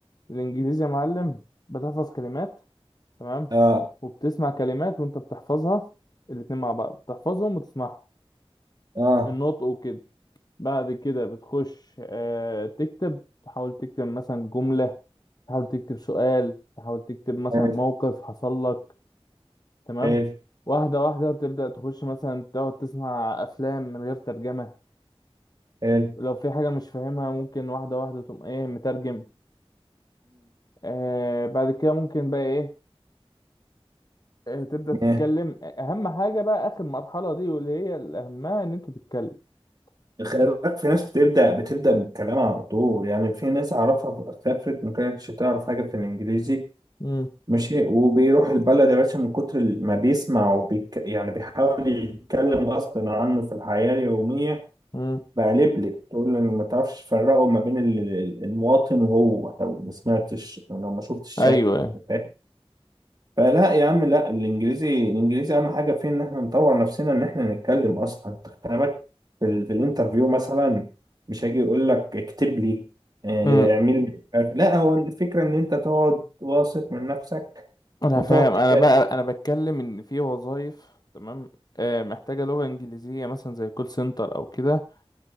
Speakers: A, on the left (about 40°); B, on the right (about 40°).
A: الانجليزي يا معلم بتحفظ كلمات تمام
B: اه
A: وبتسمع كلمات وانت بتحفظها الاتنين مع بعض بتحفظهم وتسمعهم
B: اه
A: النطق وكده بعد كده بتخش آه تكتب تحاول تكتب مثلا جملة تحاول تكتب سؤال تحاول تكتب مثلا
B: حلو
A: موقف حصل لك تمام
B: حلو
A: واحدة واحدة تبدأ تخش مثلا تقعد تسمع أفلام من غير ترجمة
B: حلو
A: لو في حاجة مش فاهمها ممكن واحدة واحدة تقوم ايه مترجم آه بعد كده ممكن بقى ايه آه تبدأ تتكلم
B: مم،
A: أهم حاجة بقى آخر مرحلة دي واللي هي الأهمها إن أنت تتكلم
B: خلي
A: بت...
B: بالك في ناس بتبدأ بتبدأ بالكلام على طول يعني في ناس أعرفها سافرت ما كانتش تعرف حاجة في الإنجليزي
A: مم.
B: ماشي وبيروح البلد يا باشا من كتر ما بيسمع وبيك يعني بيحاول يتكلم غصب عنه في الحياة اليومية
A: مم.
B: بقى لبلب تقول له إن ما تعرفش تفرقه ما بين ال- ال- المواطن وهو لو ما سمعتش لو ما شفتش الشكل
A: أيوه
B: يعني فاهم؟ فلا يا عم لا الانجليزي الانجليزي اهم حاجه فيه ان احنا نطور نفسنا ان احنا نتكلم اصلا انت خلي بالك في, ال- في الانترفيو مثلا مش هيجي يقول لك اكتب لي آه،
A: مم.
B: اعمل لي مش عارف. لا هو الفكره ان انت تقعد واثق من نفسك
A: أنا
B: وتقعد
A: فاهم
B: تك...
A: أنا بقى أنا بتكلم إن في وظايف تمام آه محتاجة لغة إنجليزية مثلا زي كول سنتر أو كده